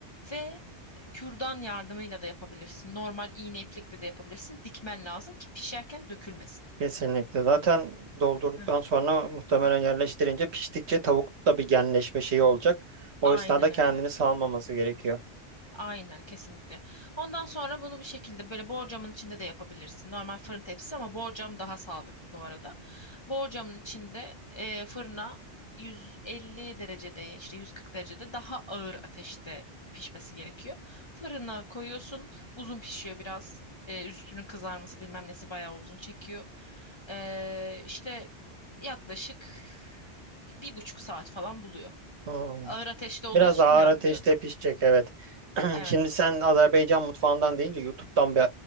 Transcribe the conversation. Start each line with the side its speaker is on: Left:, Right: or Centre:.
Left: ve kürdan yardımıyla da yapabilirsin. Normal iğne iplikle de yapabilirsin. Dikmen lazım ki pişerken dökülmesin.
Right: Kesinlikle. Zaten doldurduktan
Left: Heh,
Right: sonra muhtemelen yerleştirince piştikçe tavukta bir genleşme şeyi olacak. O
Left: aynen
Right: esnada kendini
Left: öyle.
Right: salmaması gerekiyor.
Left: Aynen kesinlikle. Ondan sonra bunu bu şekilde böyle borcamın içinde de yapabilirsin. Normal fırın tepsisi ama borcam daha sağlıklı bu arada. Borcamın içinde e, fırına 150 derecede işte 140 derecede daha ağır ateşte pişmesi gerekiyor. Fırına koyuyorsun. Uzun pişiyor biraz. E, üstünün kızarması bilmem nesi bayağı uzun çekiyor. E, işte yaklaşık bir buçuk saat falan buluyor.
Right: Hmm.
Left: Ağır ateşte olduğu
Right: Biraz
Left: için
Right: ağır
Left: yanmıyor
Right: ateşte
Left: da.
Right: pişecek evet. <clears throat>
Left: Evet.
Right: Şimdi sen Azerbaycan mutfağından deyince YouTube'dan bir